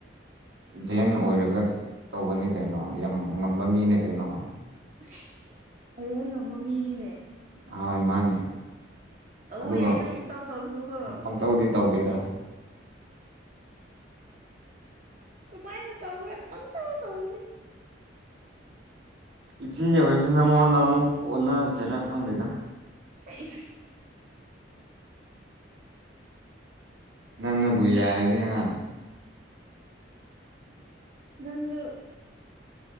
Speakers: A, on the right; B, on the right.
A: ꯖꯦꯟ ꯑꯣꯏꯔꯒ ꯇꯧꯕꯅꯦ ꯀꯩꯅꯣ ꯌꯥꯝ ꯉꯝꯕ ꯃꯤꯅꯦ ꯀꯩꯅꯣ
B: <unintelligible> ꯉꯝꯕ ꯃꯤꯅꯤꯅꯦ
A: ꯍꯣꯏ ꯃꯥꯅꯦ
B: ꯇꯧꯕ
A: ꯑꯗꯨꯒ
B: ꯌꯥꯏꯅ ꯄꯨꯡꯇꯧ ꯇꯧꯒꯅꯨꯀꯣ
A: ꯄꯪꯇꯧꯗꯤ ꯇꯧꯗꯦꯗ
B: ꯀꯥꯏꯅ ꯇꯧꯔ ꯄꯪꯇꯧ ꯇꯧꯕꯅꯤ
A: ꯏꯆꯦ ꯑꯣꯏꯔꯁꯨ ꯅꯪꯉꯣꯟꯗ ꯑꯃꯨꯛ ꯑꯣꯟꯅꯁꯤꯔꯥ ꯈꯪꯗꯦꯗ
B: <unintelligible>
A: ꯅꯪꯅꯕꯨ ꯌꯥꯔꯗꯤ ꯍꯥ
B: ꯅꯪꯁꯨ